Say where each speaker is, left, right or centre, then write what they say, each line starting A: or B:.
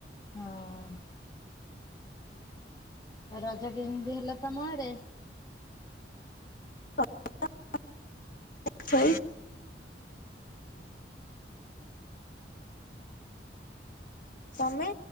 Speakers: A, on the left; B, on the left.
A: ହଁ ଆ ରଜ କେମିତି ହେଲା ତମ ଆଡେ?
B: <inaudible> <unintelligible> ତମେ?